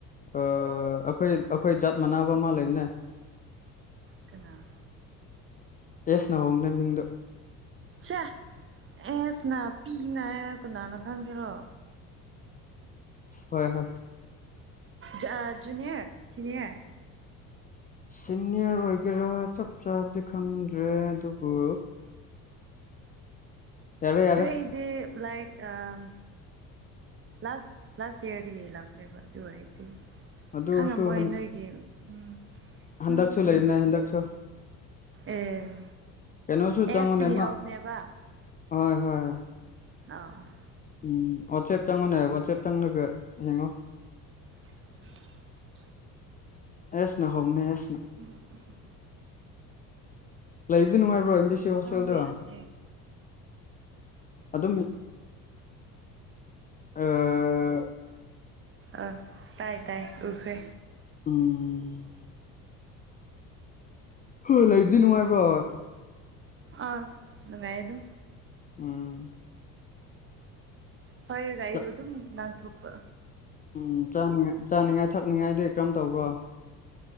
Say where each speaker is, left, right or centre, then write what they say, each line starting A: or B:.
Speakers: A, on the left; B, on the right.
A: ꯑꯥ ꯑꯈꯣꯏ ꯑꯈꯣꯏ ꯖꯥꯠ ꯃꯅꯥꯕ ꯑꯃꯥ ꯂꯩꯕꯅꯦ
B: ꯀꯅꯥ
A: ꯑꯦꯁ ꯅ ꯍꯧꯕꯅꯦ ꯃꯤꯡꯗꯣ
B: ꯁꯥ ꯑꯦꯁ ꯅ ꯄꯤꯅꯥ ꯀꯅꯥꯅ ꯈꯪꯒꯦꯔꯣ
A: ꯍꯣꯏ ꯍꯣꯏ
B: ꯖ ꯖꯨꯅꯤꯌꯔ ꯁꯤꯅꯤꯌꯔ
A: ꯁꯤꯅꯤꯌꯔ ꯑꯣꯏꯒꯦꯔꯥ ꯆꯞ ꯆꯥꯕꯗꯤ ꯈꯪꯗ꯭ꯔꯦ ꯑꯗꯨꯕꯨ ꯌꯥꯔꯦ ꯌꯥꯔꯦ
B: ꯗꯥ ꯑꯩꯗꯤ ꯂꯥꯏꯔꯤꯛ ꯑꯝ ꯂꯥꯁ ꯂꯥꯁ ꯏꯌꯔꯗꯒꯤ ꯂꯥꯛꯄꯅꯦꯕ ꯑꯗꯨ ꯑ‌ꯣꯏꯗꯤ
A: ꯑꯗꯨ
B: ꯈꯉꯝꯃꯣꯏ
A: ꯑꯣꯏꯔꯁꯨ ꯍꯟ
B: ꯅꯣꯏꯒꯤ ꯎꯝ
A: ꯍꯟꯗꯛꯁꯨ
B: ꯎꯝ
A: ꯂꯩꯕꯅꯦ
B: ꯎꯝ
A: ꯍꯟꯗꯛꯁꯨ
B: ꯑꯦ
A: ꯀꯩꯅꯣꯁꯨ
B: ꯑꯦꯁꯇꯒꯤ
A: ꯆꯪꯉꯨꯅꯦ ꯑꯃ
B: ꯍꯧꯕꯅꯦꯕ
A: ꯍꯣꯏ ꯍꯣꯏ
B: <unintelligible>
A: ꯎꯝ ꯋꯥꯆꯦꯞ ꯆꯪꯉꯣꯅꯦ ꯋꯥꯆꯦꯞ ꯆꯪꯂꯒ ꯌꯦꯡꯉꯣ
B: <unintelligible>
A: ꯑꯦꯁꯅ ꯍꯣꯡꯅ‌ꯦꯁ ꯅ
B: ꯎꯝ ꯎꯝ
A: ꯂꯩꯕꯗꯨ ꯅꯨꯡꯉꯥꯏꯕ꯭ꯔꯣ ꯑꯦꯝ
B: ꯑꯁ
A: ꯕꯤ ꯁꯤ ꯍꯣꯁꯇꯦꯜꯗ
B: ꯆꯪꯕ ꯌꯥꯗꯦ
A: ꯑꯗꯨꯝ ꯑꯥ
B: ꯑ ꯇꯥꯏ ꯇꯥꯏ ꯎꯈ꯭ꯔꯦ
A: ꯎꯝ ꯎꯝ ꯍ‌ꯣꯏ ꯂꯩꯕꯗꯤ ꯅꯨꯡꯉꯥꯏꯕ꯭ꯔꯣ
B: ꯑ ꯅꯨꯡꯉꯥꯏ ꯑꯗꯨꯝ
A: ꯎꯝ
B: ꯁꯣꯏꯔꯒ ꯑꯩꯗꯣ
A: ꯆꯥ
B: ꯑꯗꯨꯝ ꯅꯥꯟꯊꯣꯛꯄ
A: ꯎꯝ ꯆꯥꯅꯤꯉꯥꯏ ꯆꯥꯅꯤꯉꯥꯏ ꯊꯛꯅꯤꯉꯥꯏꯗꯤ ꯀꯔꯝ ꯇꯧꯕ꯭ꯔꯣ